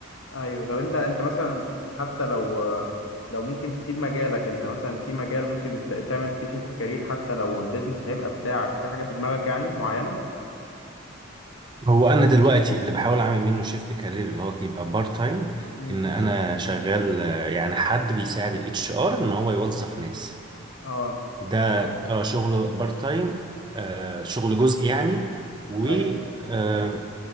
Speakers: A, on the left; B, on the right.
A: أيوه طب أنت أنت مثلا حتى لو آه، لو ممكن تسيب مجالك أنت مثلا في مجال ممكن ت- تعمل فيه شيفت كارير حتى لو البيزنس هيبقى بتاعك في حاجة في دماغك يعني معينة؟
B: هو انا دلوقتي اللي بحاول اعمل منه شيفت كارير اللي هو يبقى بارت تايم
A: امم
B: ان انا شغال آه، يعني حد بيساعد الاتش ار ان هو يوظف ناس
A: أه
B: ده اه اه شغل بارت تايم آه شغل جزء يعني و
A: أيوه
B: آه،